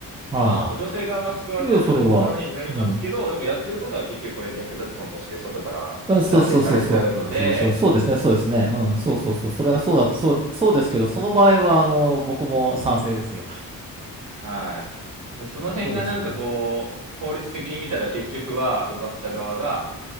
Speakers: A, on the right; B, on the right.
A: あ、
B: まあ、女性側は救われた側になりますけど、
A: ああ。いや、それは。うん。
B: でもやってることは結局これ略奪婚として外から断定されちゃうので、
A: あそうそうそうそう。そうそう、そうですね、そうですね。うん、そうそうそう。それはそうだ、そう、そうですけど、その場合は、あの、僕も賛成ですよ。
B: はい。その辺がなんかこう、
A: そうですよね。
B: 法律的に見たら結局は奪った側が